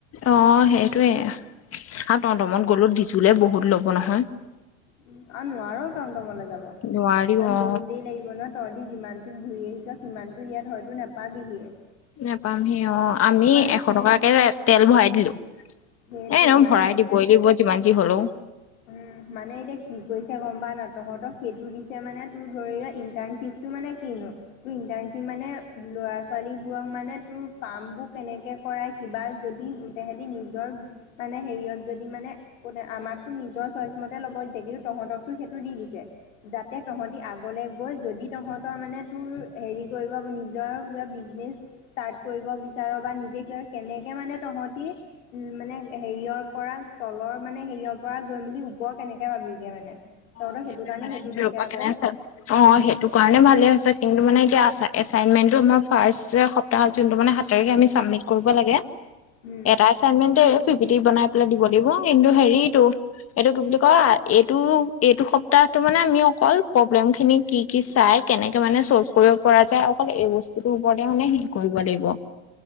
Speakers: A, on the left; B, on the left.
A: অ সেইটোৱে হ টমটমত গলো ডজুলে বহুত ল'ব নহয়
B: উ আৰু নোৱাৰো টমটম লৈ যাব কাৰণ
A: নোৱাৰি অ
B: বহুত দেৰি লাগিব ন তহঁতি যিমানটোত ঘূৰি আহিছ সিমানটোৰ ইয়াত হয়তো নাপাবিহিয়ে
A: নেপামহি অ আমি
B: মানে
A: এশ
B: কি
A: টকাকে তেল ভৰাই দিলো
B: সেইটোৱে
A: এ নহয়
B: মানে
A: ভৰাই
B: এতিয়া
A: দিবই লাগিব যিমান যি হ'ল
B: উম মানে এতিয়া কি কৰিছে গম পা না তহঁতক সেইটো দিছে মানে তোৰ ধৰি ল ইণ্টাৰ্ণশ্বিপটো মানে কিনো তোৰ ইণ্টাৰ্ণশ্বিপ মানে ল'ৰা ছোৱালীবোৰক মানে তোৰ কাম বোৰ কেনেকে কৰাই কিবা যদি তেহেতি নিজৰ মানে হেৰিয়ত যদি মানে ক আমাকতো নিজৰ চইচ মতে ল'ব কিন্তু তহতকতো সেইটো দি দিছে যাতে তহঁতি আগলৈ গৈ যদি তহঁতৰ মানে তোৰ হেৰি কৰিব নি নিজৰ বিজনেছ ষ্টাৰট কৰিব বিচাৰো বা নিজে ক কেনেকে মানে তহতি উ মানে হেৰিয়ৰ পৰা তলৰ মানে হেৰিয়ৰ পৰা গৈ মেলি ওপৰ কেনেকে পাবিগে মানে তহঁতৰ
A: সেইটো
B: কাৰণে
A: মানে যোৰ
B: দিছে
A: পৰা
B: আকৌ
A: কেনে চো অ সেইটো কাৰণে ভালে হৈছে কিন্তু মানে এতিয়া এচাইণ্টমেণ্টতো আমাৰ ফাৰ্ষ্ট সপ্তাহত যোনটো মানে সাত তাৰিখে আমি চাবমিট কৰিব লাগে
B: উম
A: এটা এচাইণ্টমেণ্টে দি বনাই পেলাই দিব দিব কিন্তু হেৰিতো এইটো কি বুলি ক এইটো এইটো স প্তাটো মানে আমি অকল প্ৰব্লেম খিনি কি কি চাই কেনেকে মানে চল্ভ কৰিব পৰা যায় অকল এই বস্তু টোৰ ওপৰতে মানে শেষ কৰিব লাগিব